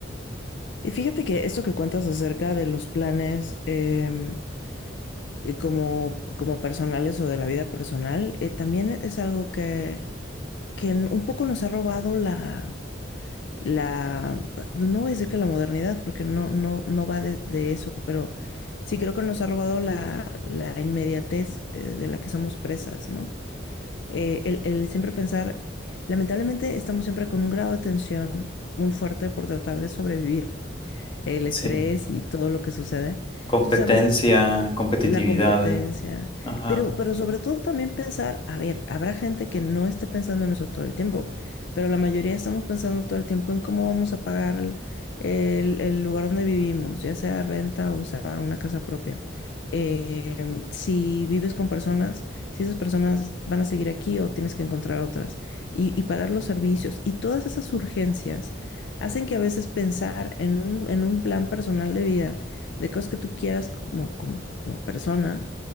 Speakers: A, on the left; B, on the left.
A: Y fíjate que esto que cuentas acerca de los planes em, eh, como, como personales o de la vida personal, eh, también es algo que, que un poco nos ha robado la, la, no voy a decir que la modernidad, porque no, no, no va de, de eso, pero sí creo que nos ha robado la, la inmediatez eh, de la que somos presas, ¿no? Eh, el, el siempre pensar, lamentablemente estamos siempre con un grado de tensión muy fuerte por tratar de sobrevivir, el
B: Sí.
A: estrés y todo lo que sucede.
B: Competencia,
A: Entonces a veces
B: competitividad,
A: la competencia.
B: eh. ajá.
A: Pero, pero sobre todo también pensar, a ver, habrá gente que no esté pensando en eso todo el tiempo, pero la mayoría estamos pensando todo el tiempo en cómo vamos a pagar el, el- el lugar donde vivimos, ya sea renta o sea una casa propia. Eh, si vives con personas, si esas personas van a seguir aquí o tienes que encontrar otras. Y, y pagar los servicios. Y todas esas urgencias hacen que a veces pensar en un, en un plan personal de vida de cosas que tú quieras como, como como persona,